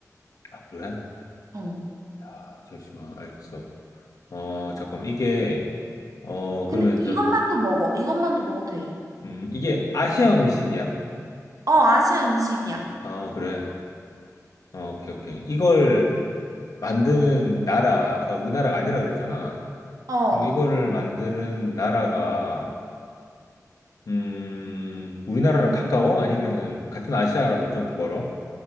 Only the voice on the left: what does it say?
아, 그래?
야, 잠시만, 알겠어. 어, 잠깐만, 이게, 어,
그러면
저,
음, 이게 아시아 음식이야?
어, 그래. 어, 오케이, 오케이. 이걸 만드는 나라가 우리나라가 아니라 그랬잖아.
그럼 이거를 만드는 나라가, 음, 우리나라랑
가까워? 아니면은 같은 아시아라도 좀 멀어?